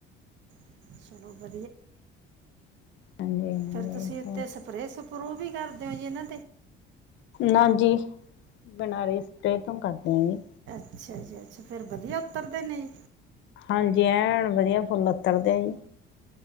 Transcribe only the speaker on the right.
<unintelligible>
ਫੇਰ ਤੁਸੀਂ ਉੱਥੇ
ਸਪਰੇ, ਪ੍ਰੂਵ ਵੀ ਕਰਦੇ ਹੋ ਜਏ ਇਹਨਾਂ,
ਅੱਛਾ ਜੀ ਅੱਛਾ ਫੇਰ ਵਧੀਆ ਉੱਤਰਦੇ ਨੇ,